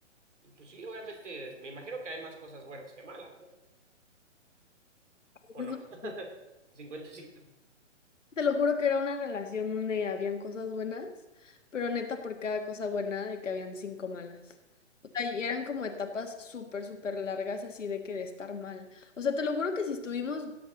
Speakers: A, on the right; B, on the left.
A: Y pues sí, obviamente, me imagino que hay más cosas buenas que malas, ¿no? ¿O
B: Eso-
A: no? <laughs> o no
B: es-
A: cincuenta cincuenta
B: Te lo juro que era una relación donde habían cosas buenas, pero neta por cada cosa buena de que habían cinco malas. O sea, y eran como etapas súper, súper largas así de que de estar mal. O sea, te lo juro que si estuvimos